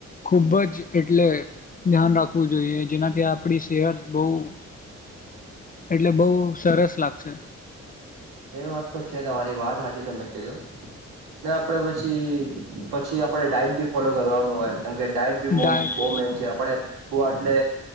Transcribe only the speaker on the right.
એ વાત તો છે તમારી વાત હાજી તમે કધું ને આપડે પછી પછી આપડે ડાઈટ ભી ફોલો કરવાનું હોય કેમ કે ડાયટ બી
બહુ મેન છે આપણેું આટલે